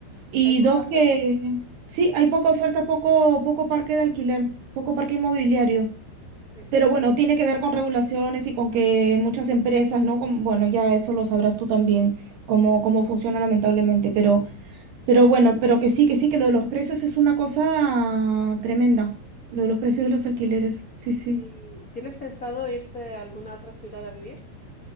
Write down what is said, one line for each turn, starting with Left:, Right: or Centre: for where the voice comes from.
Right: Y
Left: Hay poca
Right: dos,
Left: oferta.
Right: que sí, hay poca oferta, poco, poco parque de alquiler, poco parque inmobiliario.
Left: Sí.
Right: Pero bueno, tiene que ver con regulaciones y con que muchas empresas, ¿no? Con- bueno, ya eso lo sabrás tú también, cómo, cómo funciona lamentablemente, pero, pero bueno, pero que sí, que sí, que lo de los precios es una cosa tremenda, lo de los precios de los alquileres, sí, sí.
Left: ¿Y tienes pensado irte a alguna otra ciudad a vivir?